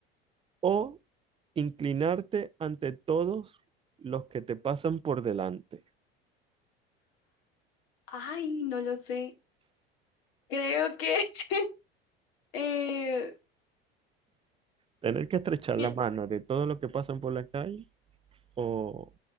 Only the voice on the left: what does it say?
Ay, no lo sé. Creo que <laughs> eh,
mi-